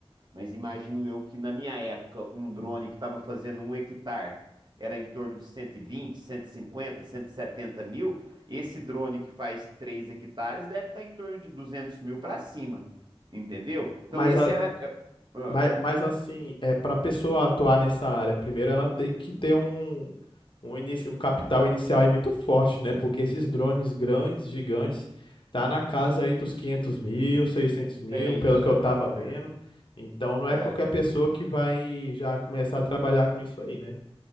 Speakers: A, on the right; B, on the left.
A: Mas imagino eu que na minha época, um drone que estava fazendo um hectare era em torno de 120, 150, 170 mil. Esse drone que faz 3 hectares deve estar em torno de 200 mil para cima, entendeu? Então
B: Mas,
A: esse
B: a-
A: era. é- ah,
B: mas, mas assim, é, para pessoa atuar nessa área, primeiro ela tem que ter um, um, início, um capital inicial aí muito forte, né? Porque esses drones grandes, gigantes, tá na casa aí dos 500 mil, seiscentos mil,
A: é isso.
B: pelo que eu tava vendo.
A: É,
B: Então não é
A: é.
B: qualquer pessoa que vai já começar a trabalhar com isso aí, né?